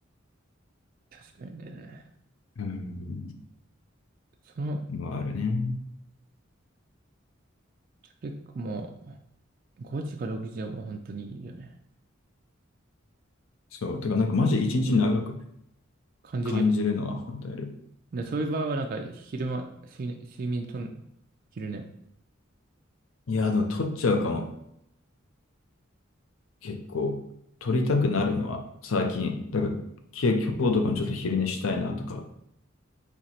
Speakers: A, on the right (about 45°); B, on the left (about 85°).
A: 確かにね。
B: うん。
A: その、
B: のはあるね。
A: 結構もう、5時か6時はもう本当にいいよね。
B: そう。てか、なんかマジ一日長く
A: 感じるよ。
B: 感じるのは本当やる。
A: で、そういう場合はなんか、昼間、睡眠、睡眠とんの。昼寝。
B: いや、でも取っちゃうかも。結構。取りたくなるのは最近。だから、き今日とかもちょっと昼寝したいなとか